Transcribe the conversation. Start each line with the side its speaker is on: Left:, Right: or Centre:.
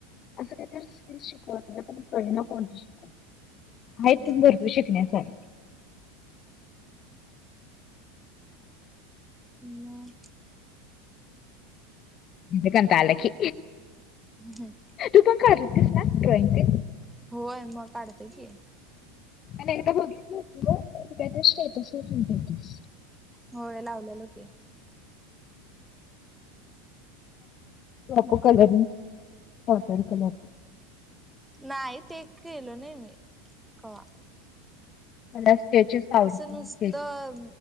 Left: असं काही शिकवळे ना कोणती शिक आहेत
Centre: हम्म
Left: भरतू शिकण्यासार
Centre: मग
Left: काता आलखी
Centre: हम्
Left: तुपां का स्नाॅक् ड्रॉईंग ते
Centre: होय मग काढतेय की
Left: पण एकदा बघितली होती स्टेटस हो तस
Centre: हो लावले लोके
Left: को कलरही ह सरकल
Centre: नाही ते गेलो नाही मी कवा
Left: मला स्केचेस आवडतकेच
Centre: असं नुसतं